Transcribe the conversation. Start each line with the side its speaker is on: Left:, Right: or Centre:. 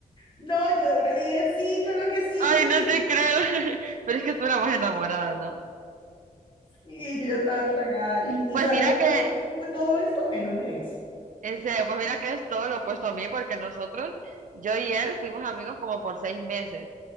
Left: No, yo de una le dije, sí, claro que sí.
Right: Ay, no te creo. <laughs> Pero es que tú eras más enamorada, ¿no?
Left: Y yo ya estaba tragada. ¿Y, y
Right: Pues
Left: sabes
Right: mira
Left: en cuánto
Right: que,
Left: tiempo fue todo esto? En un mes.
Right: en serio, pues mira que es todo lo opuesto a mí, porque nosotros, yo y él, fuimos amigos como por seis meses.